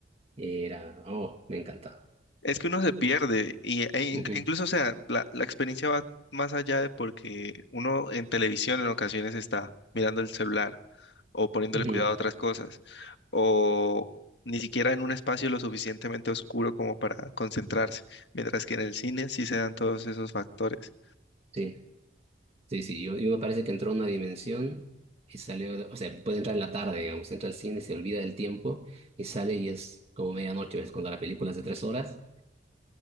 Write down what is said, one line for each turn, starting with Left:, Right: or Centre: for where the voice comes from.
Right: era, oh, me encantaba.
Left: Es que uno se pierde y e in-
Right: Ujú,
Left: incluso, o sea, la, la experiencia va más allá de porque uno en televisión en ocasiones está mirando el celular o poniéndole
Right: ujú.
Left: cuidado a otras cosas o ni siquiera en un espacio lo suficientemente oscuro como para concentrarse, mientras que en el cine sí se dan todos esos factores.
Right: Sí, sí, sí. Yo, yo me parece que entró a una dimensión y salió, o sea, puede entrar en la tarde, digamos, entra al cine, se olvida del tiempo y sale y es como medianoche, es cuando la película es de tres horas.